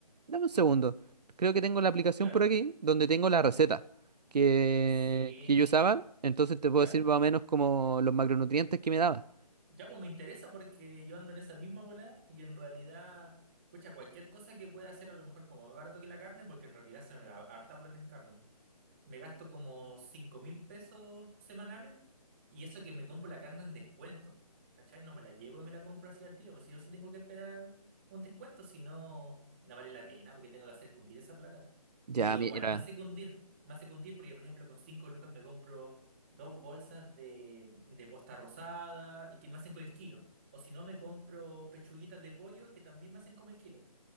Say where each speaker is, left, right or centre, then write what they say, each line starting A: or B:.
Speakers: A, on the right (about 80°); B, on the right (about 20°).
A: dame un segundo. Creo que tengo la aplicación
B: claro.
A: por aquí donde tengo la receta que,
B: Sí,
A: que yo usaba. Entonces te puedo
B: ya.
A: decir más o menos como los macronutrientes que me daba.
B: Ya, pues me interesa porque yo ando en esa misma bola y en realidad, pucha, cualquier cosa que pueda hacer a lo mejor como más barato que la carne, porque en realidad se me da harta plata en carne me gasto como cinco mil pesos semanales y eso que me compro la carne en descuento, ¿cachai? No me la llevo y me la compro así al tiro, pues si yo sí tengo que esperar un descuento, si no, no vale la pena porque tengo que hacer cundir esa plata.
A: Ya,
B: Y igual
A: mira.
B: me hace cundir, me hace cundir porque, por ejemplo, con 5 lucas me compro dos bolsas de, de posta rosada y que me hacen con el kilo. O si no, me compro pechuguitas de pollo que también me hacen como el kilo.